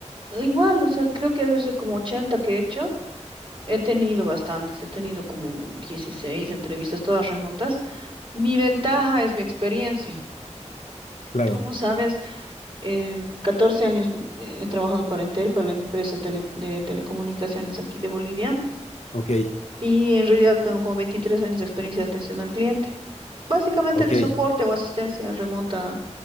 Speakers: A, on the right; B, on the left.
A: Igual, o sea, creo que debe ser como 80 que he hecho. He tenido bastantes, he tenido como 16 entrevistas, todas remotas. Mi ventaja es mi experiencia.
B: Claro,
A: Como sabes, eh, 14 años eh, he trabajado para Entel, para la empresa tele- de telecomunicaciones aquí de Bolivia,
B: ok,
A: y en realidad tengo como 23 años de experiencia de atención al cliente. Básicamente
B: ok,
A: de soporte o asistencia remota,